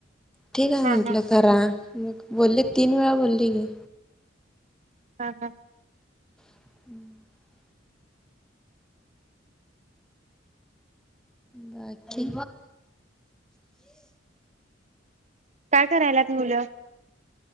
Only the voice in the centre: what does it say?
ठीक आहे
म्हंटलं
करा. मग बोली तीन वेळा बोली कीं.
रिकामा ऑडिओ बाकी.